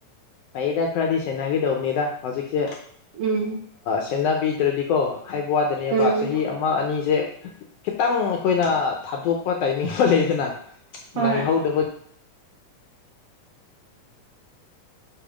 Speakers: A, on the left; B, on the right.
A: ꯐꯩꯌꯦꯗ ꯈꯔꯗꯤ ꯁꯦꯟꯅꯈꯤꯗꯧꯕꯅꯤꯗ ꯍꯧꯖꯤꯛꯁꯦ
B: ꯎꯝ
A: ꯁꯦꯟꯅꯕꯤꯗ꯭ꯔꯗꯤꯀꯣ ꯍꯥꯏꯕ ꯋꯥꯗꯅꯦꯕ
B: ꯎꯝ
A: ꯆꯍꯤ ꯑꯃ ꯑꯅꯤꯁꯦ ꯈꯤꯇꯪ ꯑꯩꯈꯣꯏꯅ ꯊꯥꯗꯣꯛꯄ ꯇꯥꯏꯃꯤꯡ ꯑꯃ ꯂꯩꯗꯅ
B: ꯍꯣꯏ
A: ꯅꯪ ꯍꯧꯗꯕ